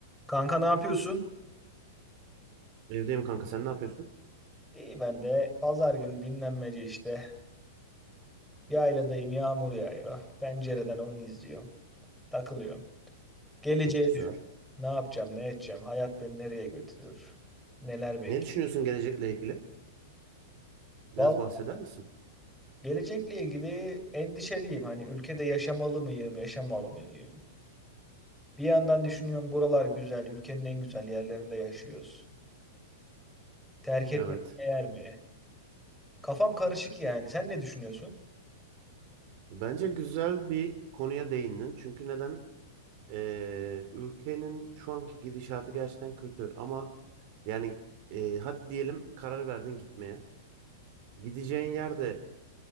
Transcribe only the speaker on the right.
Evdeyim kanka sen ne yapıyorsun?
Çok güzel.
Ne düşünüyorsun gelecekle ilgili? Biraz
bahseder misin?
Evet.
Bence güzel bir konuya değindin. Çünkü neden? Ee, ülkenin şu anki gidişatı gerçekten kötü. Ama yani e, hadi diyelim karar verdin gitmeye. Gideceğin yer de